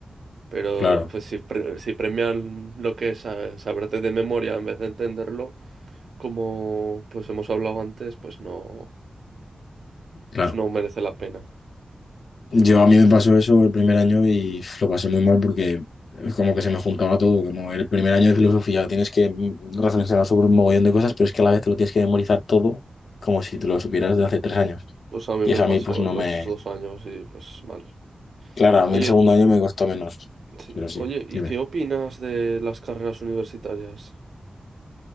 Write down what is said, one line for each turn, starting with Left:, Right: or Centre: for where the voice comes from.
Right: Pero
Left: Claro,
Right: pues si, pre- si premian lo que es sa- saberte de memoria en vez de entenderlo, como pues hemos hablado antes, pues no,
Left: claro.
Right: pues no merece la pena.
Left: Yo a mí me pasó eso el primer año y uf, lo pasé muy mal porque eh, como que se me juntaba todo, como el primer año de filosofía tienes que mm, reflexionar sobre un mogollón de cosas, pero es que a la vez te lo tienes que memorizar todo como si te lo supieras de hace tres años.
Right: Pues a mí
Left: Y
Right: me
Left: eso
Right: pasó
Left: a mí pues no
Right: en los
Left: me...
Right: dos años y pues mal.
Left: Claro, a mí
Right: Oye,
Left: el segundo año me costó menos,
Right: sí.
Left: pero sí,
Right: Oye, ¿y
Left: dime.
Right: qué opinas de las carreras universitarias?